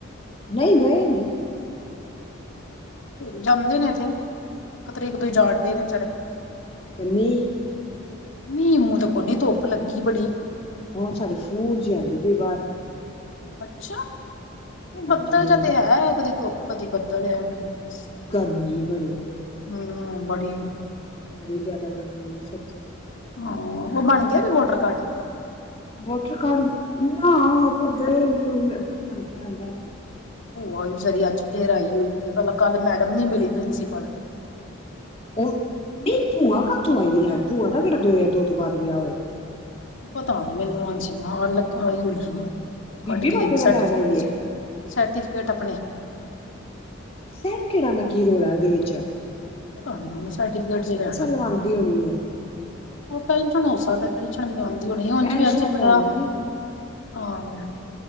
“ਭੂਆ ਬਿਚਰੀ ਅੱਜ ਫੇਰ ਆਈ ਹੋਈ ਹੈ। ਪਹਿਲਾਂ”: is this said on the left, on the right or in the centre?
Left